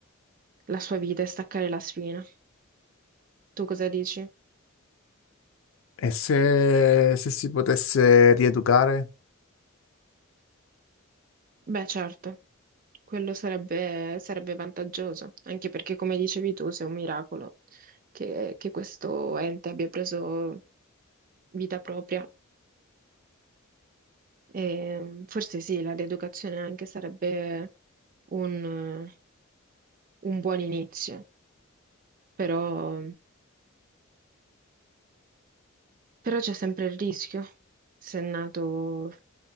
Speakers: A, on the right (about 40°); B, on the left (about 65°).
A: la sua vita e staccare la spina. Tu cosa dici?
B: E se, se si potesse rieducare?
A: Beh, certo. Quello sarebbe, sarebbe vantaggioso, anche perché, come dicevi tu, se è un miracolo che, che questo ente abbia preso vita propria. E, forse sì, la rieducazione anche sarebbe un, un buon inizio, però, però c'è sempre il rischio, se è nato,